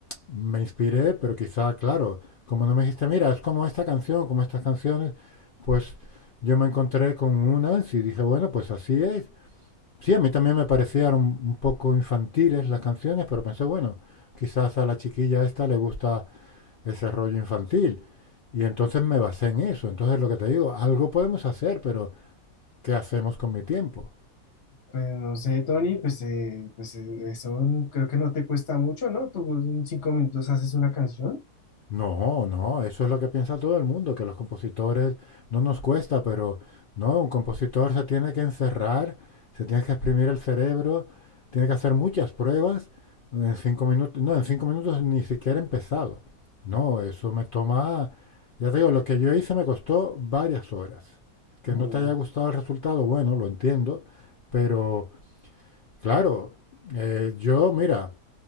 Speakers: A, on the left (about 75°); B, on the left (about 45°).
A: me inspiré, pero quizá, claro, como no me dijiste, mira, es como esta canción, como estas canciones, pues yo me encontré con unas y dije, bueno, pues así es. Sí, a mí también me parecían un, un poco infantiles las canciones, pero pensé, bueno, quizás a la chiquilla esta le gusta ese rollo infantil. Y entonces me basé en eso. Entonces lo que te digo, algo podemos hacer, pero ¿qué hacemos con mi tiempo?
B: Pues no sé, Tony, pues, eh, pues eh, eso n- creo que no te cuesta mucho, ¿no? Tú en cinco minutos haces una canción.
A: No, no, eso es lo que piensa todo el mundo, que los compositores no nos cuesta, pero no, un compositor se tiene que encerrar, se tiene que exprimir el cerebro, tiene que hacer muchas pruebas en cinco minutos, no, en cinco minutos ni siquiera he empezado. No, eso me toma, ya te digo, lo que yo hice me costó varias horas. Que
B: Mm,
A: no te haya gustado el resultado, bueno, lo entiendo, pero claro, eh, yo, mira,